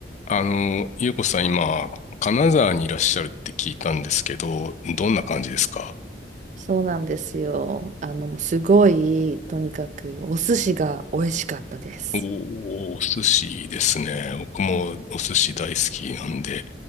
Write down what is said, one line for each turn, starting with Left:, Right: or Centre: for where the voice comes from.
Left: あの、ゆうこさん今、金沢にいらっしゃるって聞いたんですけど、どんな感じですか
Right: そうなんですよ。あの、もうすごい、とにかくお寿司が美味しかったです。
Left: おー、お寿司ですね。僕もお寿司大好きなんで、